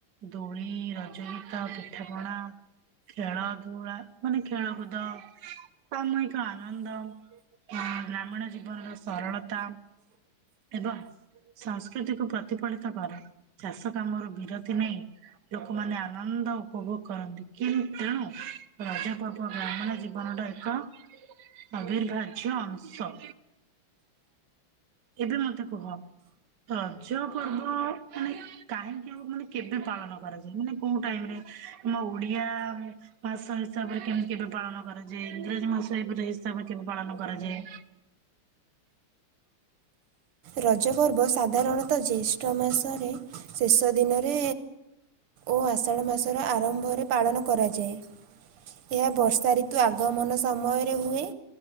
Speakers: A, on the right (about 55°); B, on the right (about 80°).
A: ଦୋଳି ରଜଗୀତ ପିଠାପଣା ଖେଳ ଧୂଳା ମାନେ ଖେଳକୁଦ ସାମାୟିକ ଆନନ୍ଦ। ଗ୍ରାମୀଣ ଜୀବନର ସରଳତା। ଏବଂ ସଂସ୍କୃତି କୁ ପ୍ରତିଫଳିତ କରେ ଚାଷ କାମରୁ ବିରତି ନେଇ ଲୋକମାନେ ଆନନ୍ଦ ଉପଭୋଗ କରନ୍ତି। କିନ୍ତ ତେଣୁ ରଜ ପର୍ବ ଗ୍ରାମିଣ ଜୀବନଟା ଏକ ଅବିର୍ଭାଜ୍ୟ ଅଂଶ। ଏବେ ମତେ କୁହ। ରଜ ପର୍ବ ମାନେ କାହିଁକି ଆଉ ମାନେ କେବେ ପାଳନ କରାଯାଏ। ମାନେ କୋଉ ଟାଇମ୍ ରେ? ଆମ ଓଡିିଆ ଭାଷା ହିସାବରେ କେମିତି କେବେ ପାଳନ କରାଯାଏ। ଇଂରାଜୀ ମାସ ଏପ ହିସାବରେ କେବେ ପାଳନ କରାଯାଏ।
B: ରଜ ପର୍ବ ସାଧାରଣତଃ ଜ୍ୟେଷ୍ଠ ମାସରେ ଶେଷ ଦିନରେ ଓ ଆଷାଢ ମାସର ଆରମ୍ଭରେ ପାଳନ କରାଯାଏ। ଏହା ବର୍ଷା ଋତୁ ଆଗମନ ସମୟରେ ହୁଏ।